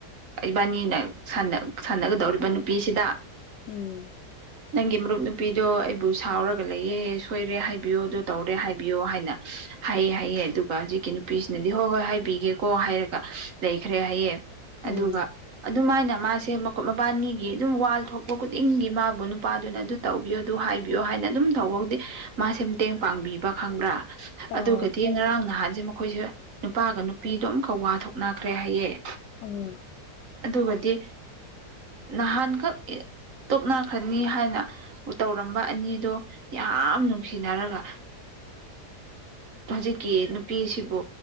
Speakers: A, on the right; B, on the left.
A: ꯏꯕꯥꯅꯤꯅ ꯁꯥꯟꯅꯒꯗꯧꯔꯤꯕ ꯅꯨꯄꯤꯁꯤꯗ
B: ꯎꯝ
A: ꯅꯪꯒꯤ ꯃꯔꯨꯞ ꯅꯨꯄꯤꯗꯣ ꯑꯩꯕꯨ ꯁꯥꯎꯔꯒ ꯂꯩꯌꯦꯦ ꯁꯣꯏꯔꯦ ꯍꯥꯏꯕꯤꯌꯣ ꯑꯗꯨ ꯇꯧꯔꯦ ꯍꯥꯏꯕꯤꯌꯣ ꯍꯥꯏꯅ ꯍꯥꯏꯑ ꯍꯥꯏꯑꯦ ꯑꯗꯨꯒ ꯍꯧꯖꯤꯛꯀꯤ ꯅꯨꯄꯤꯁꯤꯅꯗꯤ ꯍꯣꯏ ꯍꯣꯏ ꯍꯥꯏꯕꯤꯒꯦ ꯀꯣ ꯍꯥꯏꯔꯒ ꯂꯩꯈ꯭ꯔꯦ ꯍꯥꯏꯌꯦꯦ
B: ꯎꯝ
A: ꯑꯗꯨꯒ ꯑꯗꯨꯃꯥꯏꯅ ꯃꯥꯁꯦꯨꯞ ꯃꯕꯥꯅꯤꯒꯤ ꯑꯗꯨꯝ ꯋꯥꯜ ꯊꯣꯛꯄ ꯈꯨꯗꯤꯡꯒꯤ ꯃꯥꯕꯨ ꯅꯨꯄꯥ ꯑꯗꯨꯅ ꯑꯗꯨ ꯇꯧꯕꯤꯌꯣ ꯑꯗꯨ ꯍꯥꯏꯕꯤꯌꯣ ꯍꯥꯏꯅ ꯑꯗꯨꯝ ꯇꯧꯕꯕꯨꯗꯤ ꯃꯥꯁꯦ ꯃꯇꯦꯡ ꯄꯥꯡꯕꯤꯕ ꯈꯪꯕ꯭ꯔꯥ
B: ꯑ
A: ꯑꯗꯨꯒꯗꯤ ꯉꯔꯥꯡ ꯅꯍꯥꯟ ꯦ ꯃꯈꯣꯏꯁꯨ ꯅꯨꯄꯥꯒ ꯅꯨꯄꯤꯗꯣ ꯑꯃꯨꯛꯀ ꯋꯥ ꯊꯣꯛꯅꯈ꯭ꯔꯦ ꯍꯥꯏꯌꯦꯦ
B: ꯎꯝ
A: ꯑꯗꯨꯒꯗꯤ ꯅꯍꯥꯟꯈꯛ ꯇꯣꯛꯅꯈ꯭ꯔꯅꯤ ꯍꯥꯏꯅ ꯇꯧꯔꯝꯕ ꯑꯅꯤꯗꯣ ꯌꯥꯝ ꯅꯨꯡꯁꯤꯅꯔꯒ ꯍꯧꯖꯤꯛꯀꯤ ꯅꯨꯄꯤꯁꯤꯕꯨ